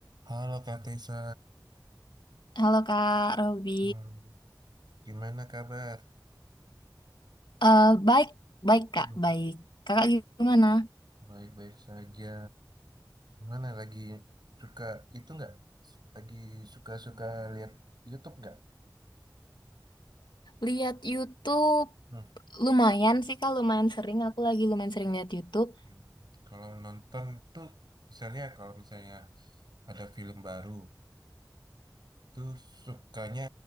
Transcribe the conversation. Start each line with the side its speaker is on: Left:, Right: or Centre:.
Right: Halo Kak Tessa,
Left: Halo Kak Robi.
Right: Hmm, gimana kabar?
Left: Eh baik, baik Kak,
Right: Hmm,
Left: baik. Kakak gimana?
Right: Baik-baik saja. Gimana lagi suka itu nggak? Lagi suka-suka lihat YouTube nggak?
Left: Lihat YouTube
Right: Hmm.
Left: lumayan sih Kak, lumayan sering. Aku lagi lumayan sering lihat YouTube.
Right: Hmm. Kalau nonton tuh, misalnya kalau misalnya ada film baru, tuh sukanya